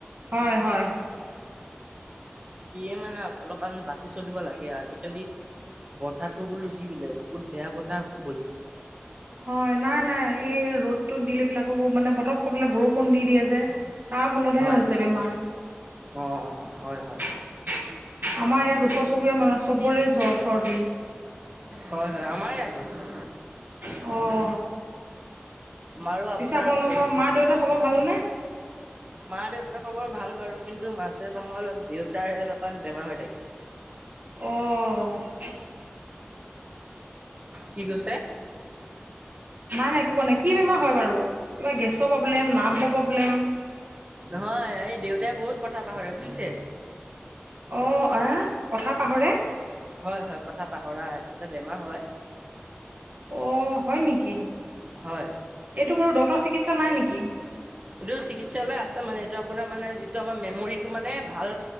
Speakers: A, on the right (about 45°); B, on the right (about 30°).
A: হয় -হয়।
B: সিয়ে মানে অলপমান বাচি চলিব লাগে। আজিকালি বতাহটো বোলো যি বিলে বহুত বেয়া বতাহ বলিছে।
A: হয় নাই -নাই এই ৰ'দটো দিলে পিলে আকৌ মানে পতক কবলে বৰষুণ দি দিয়ে যে। তাৰ ফলতহে
B: হয়
A: হৈছে বেমাৰ।
B: অ অ হয় হয়
A: আমাৰ ইয়াত উচৰ -চুবুৰীয়া মানুহ চবৰে জ্বৰ, চৰ্দি।
B: হয়- হয়। আমাৰ ইয়াতো।
A: অ',
B: আমাৰো আপোনাৰ
A: পিছে আপোনালোকৰ
B: বহুত
A: মা- দেউতা খবৰ ভালনে?
B: মা- দেউতাৰ খবৰ ভাল বাৰু কিন্তু মাজে সময় অলপ দেউতাৰহে অলপমান বেমাৰ হৈ থাকে।
A: অ',
B: কি কৈছে?
A: নাই- নাই একো কোৱা নাই কি বেমাৰ হয় বাৰু, কিবা গেছৰ প্ৰব্লেম, নাভৰ প্ৰব্লেম?
B: নহয় এই দেউতাই বহুত কথা পাহৰে বুইছে?
A: অ, আ, কথা পাহৰে?
B: হয়- হয় কথা পাহৰা এত এটা বেমাৰ হয়।
A: অ, হয় নেকি?
B: হয়
A: এইটো বাৰু ডক্তৰ চিকিৎসা নাই নেকি?
B: এইটো চিকিৎসালয় আছে মানে এইটো আপোনাৰ মানে যিটো আমাৰ মেমৰিটো মানে ভাল